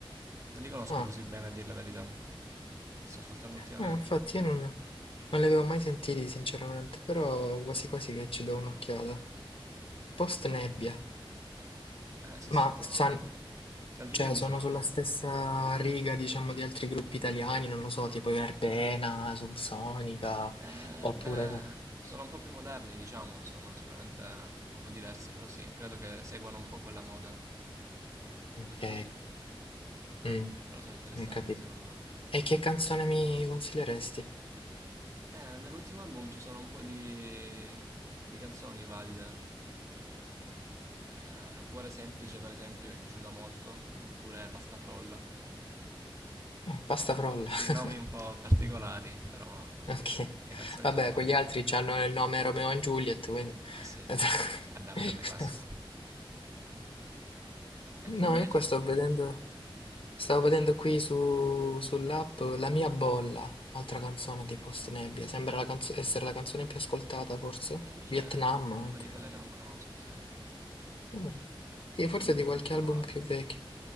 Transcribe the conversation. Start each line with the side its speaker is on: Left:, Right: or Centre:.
Right: Non li conosco
Left: Ah.
Right: così bene, a dir la verità. Li sto ascoltando ultimamente.
Left: Eh, infatti io non, non li avevo mai sentiti sinceramente, però quasi quasi che ci do un'occhiata. Post Nebbia,
Right: Eh, esistono
Left: ma san-
Right: dal 2018.
Left: cioè, sono sulla stessa riga, diciamo, di altri gruppi italiani, non lo so, tipo i Verbena, Subsonica,
Right: Eh,
Left: oppure...
Right: beh, sono un po' più moderni, diciamo, sono sicuramente un po' diversi, però sì, credo che seguano un po' quella moda,
Left: Ok,
Right: quel filo,
Left: mm,
Right: però sono interessanti
Left: ho capito.
Right: secondo me.
Left: E che canzone mi consiglieresti?
Right: Eh, nell'ultimo album ci sono un po' di, di canzoni valide. Eh, Cuore semplice, per esempio, mi è piaciuta molto, oppure Pasta frolla.
Left: Mm,
Right: <laughs>
Left: Pasta frolla.
Right: Sì,
Left: <laughs>
Right: nomi un po' particolari, però
Left: Ok,
Right: le canzoni
Left: vabbè,
Right: sono valide.
Left: quegli altri hanno il nome Romeo e Juliet, quindi...
Right: Eh sì, sì.
Left: <laughs>
Right: Eh beh, è un grande classico. E
Left: No,
Right: tu invece?
Left: io qua sto vedendo, stavo vedendo qui su, sull'app La mia bolla, altra canzone di Post Nebbia, sembra la canzo- essere la canzone più ascoltata forse,
Right: E invece
Left: Vietnam
Right: è
Left: anche,
Right: una di quelle che non conosco, sai?
Left: Mm.
Right: Ho
Left: Sì,
Right: sentito
Left: forse
Right: di
Left: di
Right: più
Left: qualche
Right: l'ultimo
Left: album
Right: album,
Left: più vecchio.